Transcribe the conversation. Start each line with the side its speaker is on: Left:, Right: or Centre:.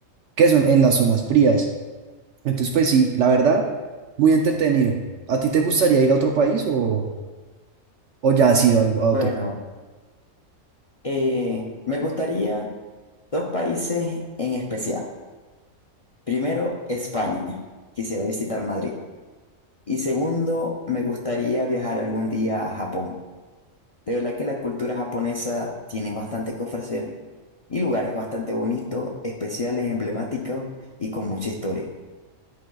Right: que son en las zonas frías. Entonces, pues sí, la verdad, muy entretenido. ¿A ti te gustaría ir a otro país o, o ya has ido a, algo- a
Left: bueno,
Right: otro?
Left: eh, me gustaría dos países en especial. Primero, España, quisiera visitar Madrid. Y segundo, me gustaría viajar algún día a Japón. De verdad que la cultura japonesa tiene bastante que ofrecer y lugares bastante bonitos, especiales, emblemáticos y con mucha historia.